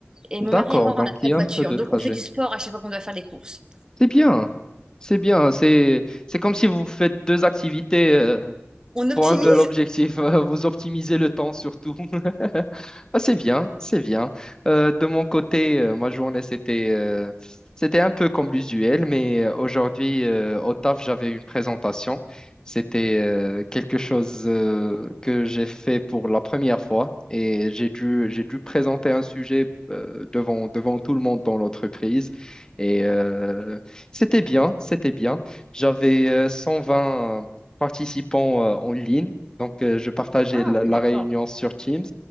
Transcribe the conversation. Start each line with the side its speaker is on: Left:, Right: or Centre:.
Right: Et
Left: D'accord,
Right: mon mari et moi,
Left: donc
Right: on n'a pas
Left: il y
Right: de
Left: a
Right: voiture,
Left: un peu de
Right: donc
Left: trajet.
Right: on fait du sport à chaque fois qu'on doit faire des courses.
Left: C'est bien. C'est bien. C'est c'est comme si vous faites deux activités euh,
Right: On optimise.
Left: pour un seul
Right: <laughs>
Left: objectif, euh, <laughs> vous optimisez le temps surtout. <laughs> Ah, c'est bien, c'est bien. Euh, de mon côté, euh, ma journée, c'était euh, c'était un peu comme l'usuel, mais euh, aujourd'hui, euh, au taf, j'avais une présentation. C'était euh, quelque chose euh, que j'ai fait pour la première fois et j'ai dû, j'ai dû présenter un sujet euh, devant, devant tout le monde dans l'entreprise. Et euh, c'était bien, c'était bien. J'avais euh, 120, participants euh, en ligne. Donc, euh, je partageais
Right: Ah
Left: la,
Right: oui,
Left: la
Right: d'accord.
Left: réunion sur Teams.